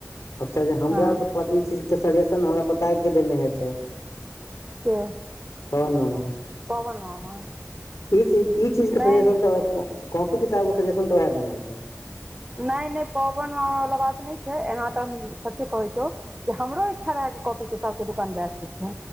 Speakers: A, on the left (about 75°); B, on the right (about 20°).
A: आब स हमरा
B: हँ
A: तऽ ई चीज के सजेशन हमरा पता यै के देने हेतै
B: के
A: पवन मामा
B: पवन मामा
A: ई चीज ई चीज के
B: नहि
A: सजेशन तऽ कॉपी किताब के सजेशन तऽ उएह देने हेतै
B: नय नय पवन मामा वला बात नय छै एना तऽ हम सच्चे कहै छौ कि हमरो इच्छा रहैके कॉपी किताब के दकान बेस्ट छै